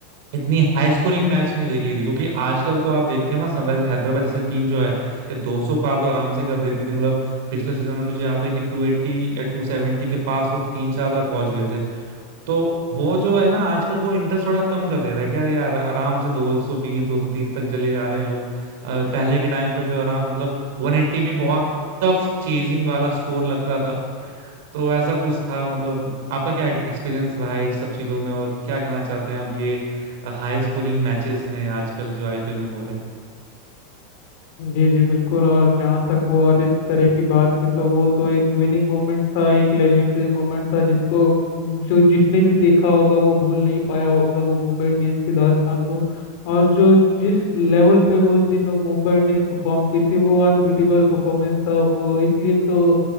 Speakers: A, on the right; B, on the left.
A: इतनी हाई स्कोरिंग मैच नहीं देखी थी क्योंकि आजकल तो आप देखते हो ना सनराइज हैदराबाद जैसे टीम जो है ये 200 पार तो आराम से कर देती थी मतलब पिछले सीजन में मुझे याद है कि 280 या 270 के पास वो तीन चार बार पहुंच गए थे तो वो जो है ना आजकल वो इंटरेस्ट थोड़ा कम कर दे रहा है कि यार यार आराम से 220 230 तक चले जा रहे हैं लोग अ, पहले के टाइम पे तो आराम मतलब 180 भी बहुत टफ चेजिंग वाला स्कोर लगता था तो ऐसा कुछ था मतलब आपका क्या एक्सपीरियंस रहा है इस सब चीज़ों में और क्या कहना चाहते हैं आप ये हाई स्कोरिंग मैचेस में आजकल जो आईपीएल में हो रहे हैं
B: जी जी बिल्कुल और जहाँ तक वो आदित्य तरे की बात की तो वो तो एक विनिंग मोमेंट था एक लेजेंडरी मोमेंट था जिसको जो जिसने भी देखा होगा वो भूल नहीं पाया होगा वो मुंबई इंडियंस की दास्तां को और जो जिस लेवल पे उस दिन मुंबई इंडियंस परफॉर्म की थी वो अनबीटेबल परफॉर्मेंस था वो इसलिए तो